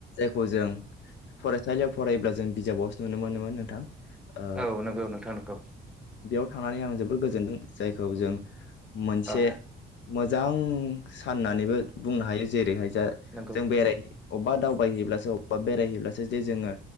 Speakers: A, on the left (about 65°); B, in the centre.
A: खौ जों फरायसालियाव फरायोब्ला जों बिजाबावसो नुनो मोनोमोन नोंथां ओ
B: औ नोंगौ नोंथां नोंगौ
A: बेयाव थांनानै आं जोबोर गोजोनदों जायखौ जों मोनसे
B: औ
A: मोजां <unintelligible> साननानैबो बुंनो हायो जेरैहाय जा
B: नंगौ
A: जों बेराय अबबा दावबायहैयोब्लासो अबेबा बेरायहैयोब्लासो जे जोङो